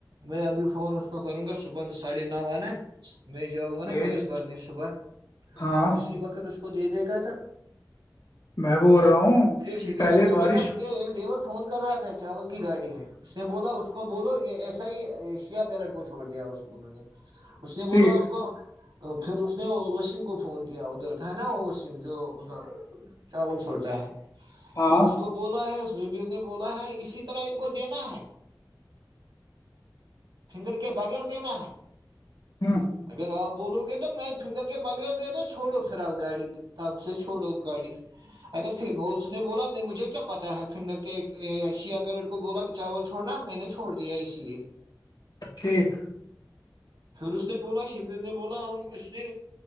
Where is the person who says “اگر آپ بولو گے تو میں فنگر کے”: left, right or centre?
Right